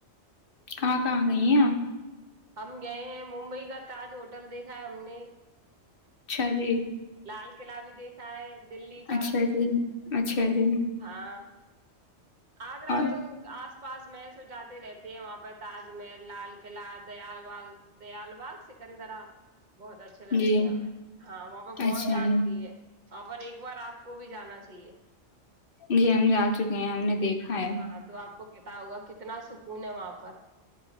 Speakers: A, on the left; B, on the right.
A: کہاں کہاں گئی ہیں آپ
B: ہم گئے ہیں ممبئی کا تاج ہوٹل دیکھا ہے ہم نے
A: اچھا جی
B: لال قلعہ بھی دیکھا ہے دلی کا
A: اچھا جی اچھا جی
B: ہاں آگرا
A: اور
B: تو اس پاس میں س جاتے رہتے ہے وہاں پہ تاج محل لال قلعہ دیال با دیال باغ سکندر بہت اچھے لگتے
A: جی
B: ہیں ہمیں ہاں وہاں پہ بہت
A: اچھا
B: شانتی ہے وہاں پر ایک بار آپ کو بھی جانا چاہیے
A: جی ہم جا چکے ہیں ہم نے دیکھا ہے
B: ہاں تو آپ کو پتا ہوگا کتنا سکون ہے وہاں پر